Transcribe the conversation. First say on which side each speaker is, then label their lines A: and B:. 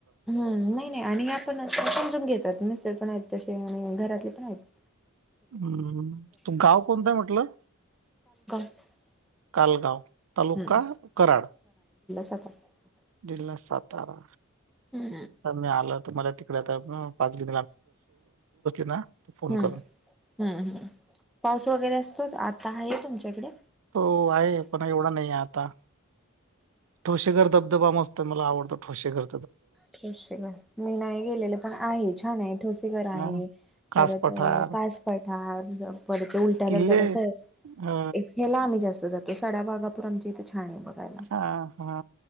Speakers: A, in the centre; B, on the right.
A: हम्, नाही नाही आणि हया पणअशा समजून घेतात. मिस्तर पण आहेत तसे. हम्म घरातले पण आहेत.
B: हम्म. तू गाव कोणतं आहे म्हटलं
A: <unintelligible>
B: कालगाव, तालुका
A: हम्म
B: कराड.
A: <unintelligible>
B: जिल्हा-सातारा.
A: हम्म
B: तर मी आला तर. <unintelligible> असली ना फोन
A: हम्मह
B: करून
A: हम पाऊस वगैरे असतोय का? आता आहे तुमच्याकडे?
B: तो आहे पण एवढा नाही आता. ठोसेेघर धबधबा मस्त मला आवडतो ठोेसेघर.
A: ठोसेघर मी नाही गेलेले पण आहे, छान आहे ठोसेघर आहे.
B: हा कास
A: परत
B: पठार
A: कासपठार परत उलटा
B: किल्ले
A: धबधबा सहज
B: ह
A: ह्याला आम्ही जास्त जातो. सडाभागापूर आमच्या इथे छान आहे बघायला
B: हा हा